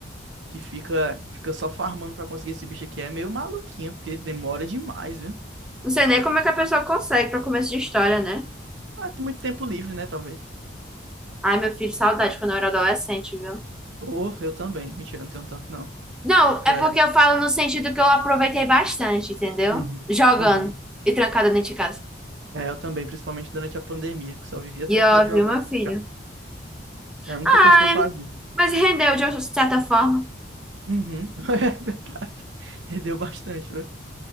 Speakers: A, on the right; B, in the centre.
A: que fica fica só farmando pra conseguir esse bicho aqui é meio maluquinha, porque demora demais, viu?
B: Não sei nem como é que a pessoa consegue para começo de história, né?
A: Ah, tem muito tempo livre, né, talvez.
B: Ai, meu filho, saudade quando eu era adolescente, viu?
A: Ou eu também. Mentira, eu não tenho tanto não,
B: Não,
A: porque
B: é
A: eu
B: porque
A: era
B: eu falo no sentido que eu aproveitei bastante, entendeu?
A: Uhum,
B: Jogando
A: uhum.
B: e trancada dentro de casa.
A: É, eu também, principalmente durante a pandemia, que só vivia
B: E
A: trancado
B: ó,
A: jogando.
B: viu, meu filho?
A: É a única
B: Ai,
A: coisa que eu fazia.
B: mas rendeu de uma certa forma.
A: Uhum. <laughs> É verdade. Rendeu bastante, viu?